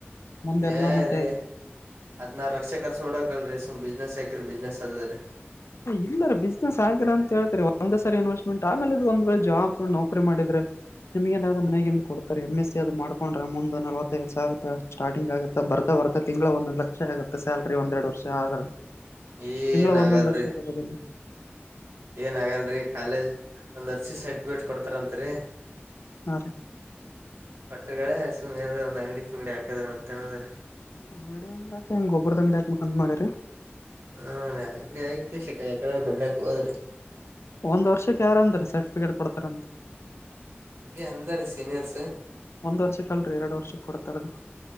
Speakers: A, on the left (about 90°); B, on the right (about 75°).
A: ಮುಂದೆಲ್ಲಾ
B: ಏ
A: ಮತ್ತೆ
B: ರೀ ಅದ್ನಾರ ರಕ್ಷೆ ಕರ್ಸ ಮಾಡೋಡಕಲ್ರಿ ಸುಮ್ ಬಿಸ್ನೆಸ್ ಹಾಕಿರಿ ಬಿಸ್ನೆಸ್ ಅದದರಿ <inaudible>
A: ಇಲ್ಲರ ಬಿಸ್ನೆಸ್ ಆಗ್ಯರ ಅಂತೇತರಿ ಒಂದ್ ಸರಿ ಇನ್ವೆಸ್ಟ್ಮೆಂಟ್ ಆೇ ಇದ್ ಒಂದ್ೇಳೆ ಜಾಬ್ ತಗೊಂಡಿ ನೌಕರಿ ಮಾಡಿದ್ರೆ ನಿಮಗನಾದ ಮ ಕೊಡ್ತಾರೆ ಎಮ್ ಎಸ್ ಸಿ ಅದು ಮಾಡ್ಕೊಂಡ್ರೆ ಮುಂದ ನವತ್ತೈದ ಸಾವಿರ ಸ್ಟಾರ್ಟಿಂಗ್ ಆಗುತ್ತ ಬರ್ತ ತ್ತೆ ತಿಂಗಳು ಒಂದೊಂದು ಲಕ್ಷ ಆಗುತ್ತೆ ಸ್ಯಾಲ್ರಿ ಒಂದ್ೆರಡು ವರ್ಷ ಆದ್ರೆ
B: ಏನ್
A: ಒಂದೊಂದಂದು
B: ಆಗಲ್ರಿ
A: ಲಕ್ಷ ತಗೋದಿಲ್ಲ
B: ಏನ್ ಆಗಲ್ರರಿ ಕಾಲೇಜ್ ಒಂದ್ ವರ್ಷಿ ಸರ್ಟಿಫಿಕೇಟ್ ಕೊಡ್ತಾರತ್ರಿ
A: ಹಾ ರೀ
B: ಕಟ್ಟಗಳ ಸುಮ ಒಂದು ಅಂಗಡಿ ಪಿಂಗಡಿ ಹಾಕದ್ರ ಮತ್ತದ
A: ಅಂಗಡಿ ಹೆಂಗಾಕ ಹೆಂಗ ಗೊಬ್ಬರದ ಅಂಗಡಿ ಹಾಕ್ ಅಂದ್ ಮಾಡ್ಯರಿ
B: ಹಾ ಅಂಗಡಿ ಹಾಕೆಸಿ ಯಕಡೆ ದುಡ್ಡಕ್ಕೆ ಹೋದ್ರಿ
A: ಒಂದ್ ವರ್ಷಕ್ಕೆ ಯಾರ ಅಂದ್ರೀ ಸರ್ಟಿಫಿಕೇಟ್ ಕೊಡ್ತಾರ ಅಂತ
B: ಹಗೆ ಅಂದ ರೀ ಸೀನಿಯರ್ಸ್
A: ಒಂದ್ ವರ್ಷಕ್ಕೆ ಅಲ್ರರಿ ಎರಡು ವರ್ಷಕ್ಕೆ ಕೊಡ್ತಾರದು